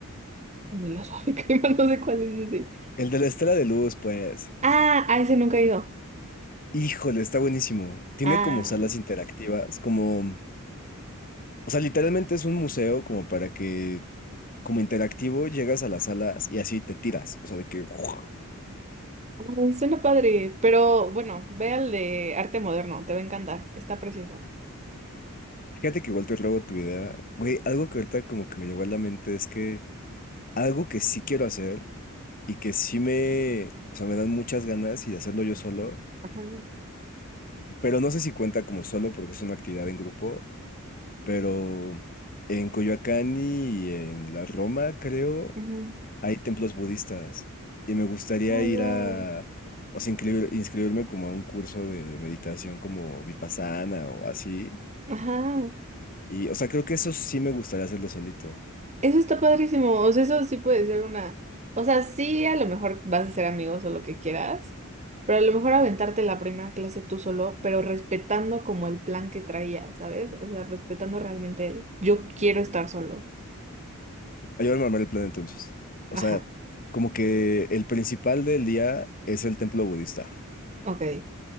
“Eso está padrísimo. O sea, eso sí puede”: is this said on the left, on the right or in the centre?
Right